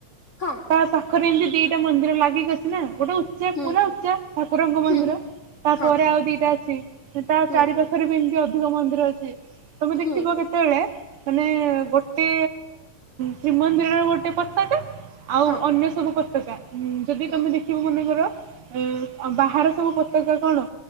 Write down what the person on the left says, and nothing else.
ହଁ
ହୁଁ
ହୁଁ
ହଁ
ହୁଁ
ହୁଁ
ହଁ
ହୁଁ